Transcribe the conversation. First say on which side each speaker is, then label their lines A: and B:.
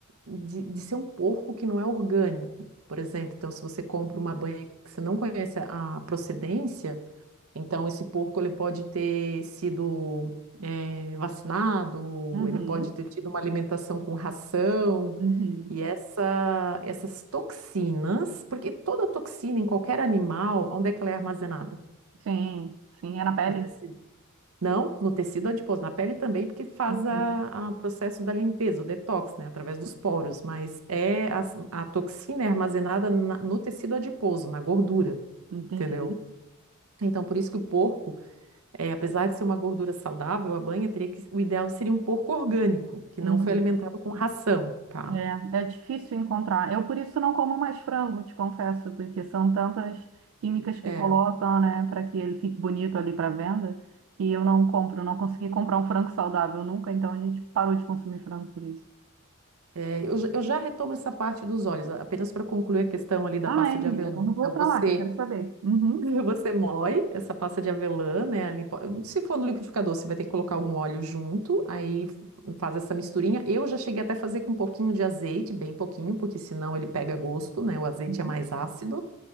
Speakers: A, on the right; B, on the right.
A: de, de ser um porco que não é orgânico, por exemplo. Então, se você compra uma banha que você não conhece a procedência, então esse porco ele pode ter sido eh, vacinado,
B: Uhum.
A: ele pode ter tido uma alimentação com ração.
B: Uhum.
A: E essa, essas toxinas, porque toda toxina em qualquer animal, onde é que ela é armazenada?
B: Sim, sim, é na pele.
A: No tecido não, no tecido adiposo, na pele também, porque faz
B: Uhum.
A: a, a processo da limpeza, o detox, né, através dos poros, mas é a, a toxina é armazenada na- no tecido adiposo, na gordura,
B: Entendi.
A: entendeu? Então, por isso que o porco, é, apesar de ser uma gordura saudável, a banha teria que, o ideal seria um porco orgânico, que
B: Uhum.
A: não foi alimentado com ração, tá?
B: É, é difícil encontrar. Eu, por isso, não como mais frango, te confesso, porque são tantas químicas que
A: É,
B: colocam, né, para que ele fique bonito ali para venda, que eu não compro, não consegui comprar um frango saudável nunca, então a gente parou de consumir frango por isso.
A: é, eu, j- eu já retomo essa parte dos olhos, a- apenas para concluir a questão ali da
B: Ah,
A: pasta
B: é,
A: de
B: menina,
A: avelã.
B: vamos voltar
A: Então, você
B: lá, que eu quero saber. Uhum.
A: <laughs> Você moe essa pasta de avelã, né? Ali, po- se for no liquidificador, você vai ter que colocar algum óleo junto, aí f- faz essa misturinha. Eu já cheguei até a fazer com um pouquinho de azeite, bem pouquinho, porque senão ele pega gosto, né? O azeite
B: Uhum.
A: é mais ácido.